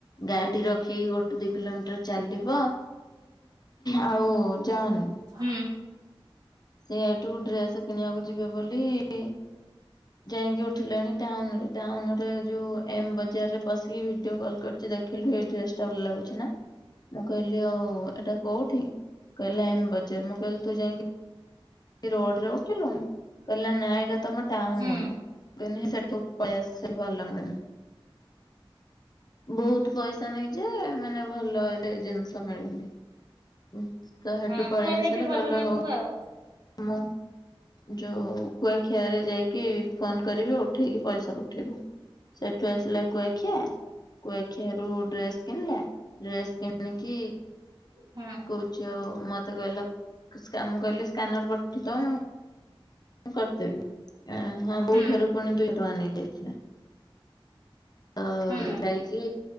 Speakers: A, on the left; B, on the right.
A: ଗାଡି଼ ରଖିକି ଗୋଟେ ଦିଇ କିଲୋମିଟର ଚାଲିବ ଆଉ-ଉ-ଉ ଯାଅନି।
B: ହୁଁ।
A: ସେ ହେଠୁ ଡ୍ରେସ୍ କିଣିବାକୁ ଯିବେ ବୋଲି-ଇ-ଇ ଯାଇକି ଉଠିଲେଣି ଟାଉନ ରେ ଟାଉନରେ ଯୋଉ ଏମ ବଜାର ରେ ପଶିକି ଭିଡିଓ କଲ୍ କରି ଯେ ଦେଖିଲୁ ଏଇ ଡ୍ରେସ ଟା ଭଲ ଲାଗୁଛି ନା। ମୁଁ କହିଲି ଆଉ ଏଟା କୋଉଠି କହିଲେ ଏମ ବଜାର ମୁଁ କହିଲି ତୁ ଯାଇକି ରୋଡ଼ରେ ଉଠିଲୁଣି କହିଲା ନା ଏଇଟା ତମ ଟାଉନରେ
B: ହୁଁ
A: <unintelligible> ସେଠୁ ପଳେଇ ଆସିଚି ଗଲାମାନେ ବହୁତ ପଇସା ନେଇଯାଏ ମାନେ ଭଲ ଏ ଜିନିଷ ମିଳେନି। କାହାଠୁ
B: ହଁ
A: ପଳେଇ
B: କ୍ଵାଲିଟି
A: ଆସିଲେ
B: ଭଲ
A: କହିଲେ
B: ନଥିବ
A: ହଉ
B: ଆଉ
A: ଆମ ଯୋଉ କୁଆଖିଆରେ ଯାଇକି ଫୋନ କରିବି ଉଠେଇକି ପଇସା ପଠେଇବୁ। ସେଠୁ ଆସିଲା କୁଆଖିଆ କୁଆଖିଆରୁ ଡ୍ରେସ କିଣିଲା। ଡ୍ରେସ୍ କିଣିକି
B: ହୁଁ
A: କହୁଛି ଆଉ ମତେ କହିଲା ମୁ କହିଲି ସ୍କାନର ପଠେଇଦ ମୁଁ କରିଦେବି ଆ ହଁ ବୋଉଠାରୁ
B: ହୁଁ
A: ପୁଣି ଦୁଇ ଟଙ୍କା ନେଇକିଆଇଥିଲା। ଆ
B: ହୁଁ
A: ଯାଇକି